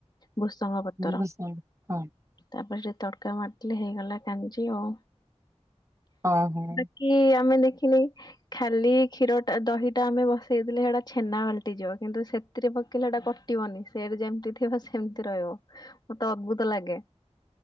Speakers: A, on the left; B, on the right.
A: ଭୃସଙ୍ଗ ପତର
B: ବାସ୍ନା ହୁଏ।
A: ତାପରେ ଯେ ତଡ଼କା ମାରିଥିଲି ହେଇଗଲା କାଞ୍ଜି ଆଉ
B: ହଁ ହଁ ହଁ
A: ବାକି ଆମେ ଦେ ଦେଖିଲି ଖାଲି କ୍ଷୀର ଟା ଦହିଟା ଆମେ ବସେଇ ଦେଲେ ସେଟା ଛେନା ପାଲଟିଯିବ କିନ୍ତୁ ସେଥିରେ ପକେଇଲେ ଏଟା କଟିବନି ସେଟା ଯେମିତି ଥିବ ସେମିତି ରହିବ ମତେ ଅଦ୍ଭୁତ ଲାଗେ।